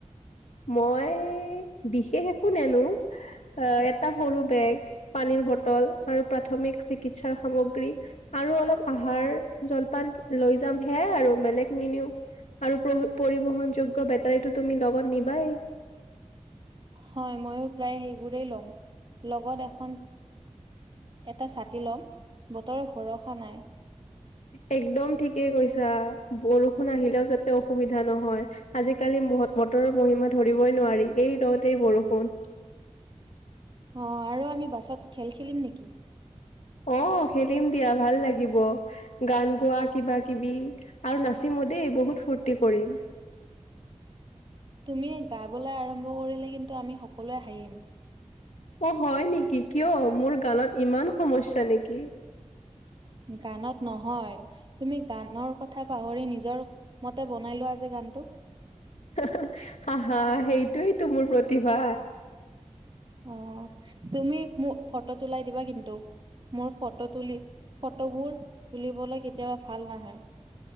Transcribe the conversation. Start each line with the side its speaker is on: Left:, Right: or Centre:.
Left: মই, বিশেষ একো নেনো। এটা সৰু বেগ, পানীৰ বটল, আৰু প্ৰাথমিক চিকিৎসাৰ সামগ্ৰী। আৰু অলপ আহাৰ, জলপান লৈ যাম, সেইয়াই আৰু বেলেগ নিনিও। আৰু প-পৰিবহন যোগ্য বেটাৰীটো তুমি লগত নিব বাই।
Right: হয়, মইও প্ৰায় সেইবোৰেই ল'ম, লগত এখন এটা ছাতি ল'ম, বতৰৰ ভৰসা নাই।
Left: একদম ঠিকেই কৈছা, বৰষুণ আহিলেও যাতে অসুবিধা নহয়। আজিকালি বত-বতৰৰ মহিমা ধৰিবই নোৱাৰি, এই ৰ'দ এই বৰষুণ।
Right: অ', আৰু আমি বাছত খেল খেলিম নেকি?
Left: অ', খেলিম দিয়া ভাল লাগিব। গান গোৱা, কিবা, কিবি আৰু নাচ <unintelligible> দেই বহুত ফূৰ্তি কৰিম।
Right: তুমি গাবলৈ আৰম্ভ কৰিলে কিন্তু, আমি সকলোৱে হাঁহিম।
Left: অ', হয় নেকি, কিয় মোৰ গানত ইমান সমস্যা নেকি?
Right: গানত নহয়, তুমি গানৰ কথা পাহৰি নিজৰ মতে বনাই লোৱা যে গান। <unintelligible>
Left: <unintelligible> সেইটোৱেইতো মোৰ প্ৰতিভা।
Right: অ', তুমি মোক ফটো তুলাই দিবা কিন্তু? মোৰ ফটো তুলি, ফটোবোৰ তুলিবলৈ কেতিয়াবা ভাল নাহে।